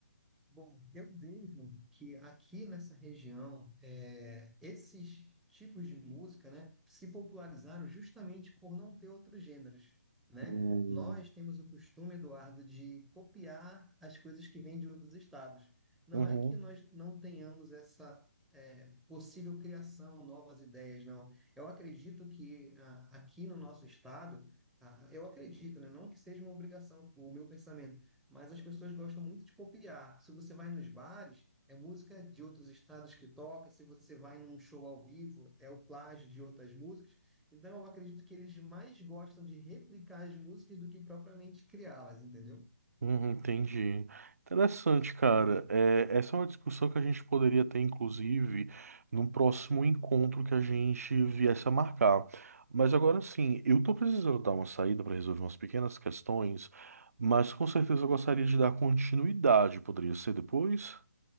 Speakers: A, in the centre; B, on the right.
A: Bom, eu vejo que aqui nessa região, é, esses tipos de música, né, se popularizaram justamente por não ter outros gêneros, né?
B: Hum,
A: Nós temos o costume, Eduardo, de copiar as coisas que vêm de outros estados. Não
B: uhum.
A: é que nós não tenhamos essa, é, possível criação, novas ideias, não. Eu acredito que ah, aqui no nosso estado, ah, eu acredito, né, não que seja uma obrigação, o meu pensamento, mas as pessoas gostam muito de copiar. Se você vai nos bares, é música de outros estados que toca, se você vai num show ao vivo, é o plágio de outras músicas. Então, eu acredito que eles mais gostam de replicar as músicas do que propriamente criá-las, entendeu?
B: Uhum, entendi. Interessante, cara. É, essa é uma discussão que a gente poderia ter, inclusive, num próximo encontro que a gente viesse a marcar. Mas agora sim, eu tô precisando dar uma saída para resolver umas pequenas questões, mas com certeza eu gostaria de dar continuidade. Poderia ser depois?